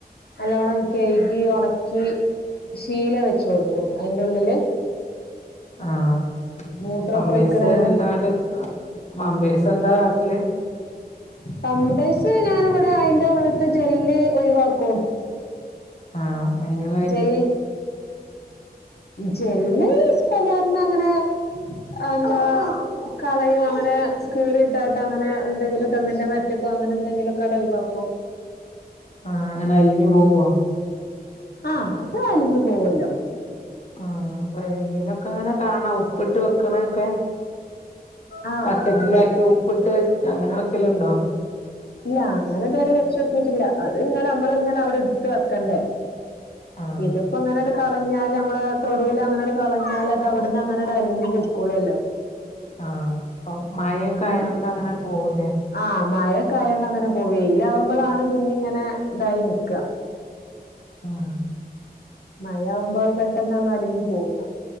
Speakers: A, on the left; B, on the left.
A: നല്ലോണ്ണം കയ്കി ഉണക്കി ശീല വെച്ച് കൊടുക്കും അതിന്റെ ഉള്ളില്
B: ആഹ്
A: മൂത്രമൊക്കെ
B: പമ്പേയ്സ്
A: ഒഴിക്കണേന്
B: എന്താണ്ട് പമ്പേയ്സ് എന്താ കാട്ടല്
A: പാമ്പേസ് ഞാന് ഇവിടെ അയിന്റെ ഉള്ളത്തെ ജെല്ല് ഒഴിവാക്കും
B: ആഹ് അയിന്
A: ജെൽ ജെല്ല് സാധാരണ അങ്ങനെ എന്താ കളയോങ്ങനെ കീറിയിട്ടാട്ട് അങ്ങനെ എന്തെങ്കിലും തെങ്ങിന്റെ മൊരട്ട്ക്കോ അങ്ങനെ എന്തെങ്കിലൊക്കെ അവ്ടെ ഒയിവാക്കും
B: ആഹ് അങ്ങനെ അലിഞ്ഞു പോവോ
A: ആഹ് അത് അലിഞ്ഞു പോവല്ലോ
B: ആഹ് വേതിയിലൊക്കെങ്ങനെ ഇങ്ങനെ കാണാ ഉപ്പ് ഉപ്പട്ട് വെക്കണേകെ
A: ആഹ്
B: ബക്കറ്റിലാക്കി
A: അങ്ങനെ
B: ഉപ്പിട്ട് വെക് അങ്ങനെ വെക്ക് ക്കലുണ്ടോ
A: ഇല്ല അങ്ങനെ ഇതുവരെ വെച്ചോക്കിയിട്ടില്ല അത് ഇങ്ങനെ നമ്മള്ങ്ങനെ അവിടെ ഇടുത്ത് വെക്കണ്ടേ
B: ആഹ്
A: ഇതിപ്പോങ്ങനെട് കളഞ്ഞാല് നമ്മളെ തൊടുവിൽ അങ്ങനെട് കളഞ്ഞാൽ അത് അവിടുന്ന് അങ്ങനെട് അലിഞ്ഞ് പോയ്ക്കോളോല്ലോ
B: ആഹ് അപ്പൊ മഴൊക്കെ ആയോണ്ട്
A: ഉം
B: അങ്ങനെങ്ങട് പോവൂല്ലേ
A: ആഹ് മഴയൊക്കെ ആയോണ്ട് അങ്ങനെ പോകെ വെയിലാകുമ്പളാണ് പിന്നെ ഇങ്ങനെ ഇതായി നിക്കാ
B: ആഹ്
A: മയാവുമ്പോ അത് പെട്ടെന്ന് അങ്ങ് അലിഞ്ഞു പോവും